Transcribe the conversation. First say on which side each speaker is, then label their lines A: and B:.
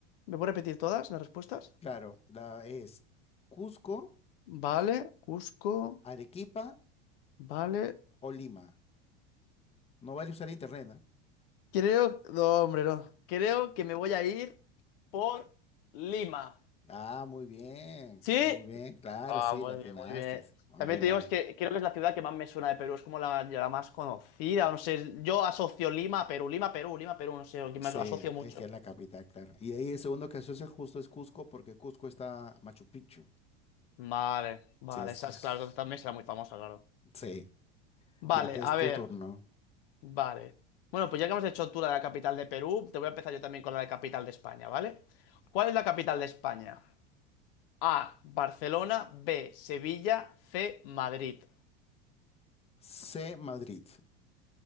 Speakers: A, on the left; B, on the left.
A: ¿Me puedo repetir todas las respuestas?
B: Claro, la es Cusco,
A: Vale, Cusco,
B: Arequipa
A: vale.
B: o Lima. No vale usar internet, ¿eh?
A: Creo, no, hombre, no. Creo que me voy a ir por Lima.
B: Ah, muy bien,
A: ¿Sí?
B: muy bien, claro,
A: Ah,
B: sí,
A: muy
B: la atinaste.
A: bien, muy bien.
B: Muy
A: También
B: bien,
A: te
B: muy
A: digo,
B: bien.
A: es que creo que es la ciudad que más me suena de Perú, es como la, la más conocida, no sé, yo asocio Lima a Perú, Lima, Perú, Lima, Perú, no sé, que más
B: Sí,
A: lo asocio mucho.
B: es que es la capital, claro. Y de ahí el segundo que se justo es Cusco, porque Cusco está Machu Picchu.
A: Vale, vale,
B: Sí, eso
A: esas,
B: es-
A: claro, entonces también será muy famosa, claro.
B: sí,
A: Vale,
B: ya te es
A: a
B: tu
A: ver,
B: turno.
A: vale. Bueno, pues ya que hemos hecho tú la de la capital de Perú, te voy a empezar yo también con la de capital de España, ¿vale? ¿Cuál es la capital de España? A, Barcelona, B, Sevilla, C, Madrid.
B: C, Madrid.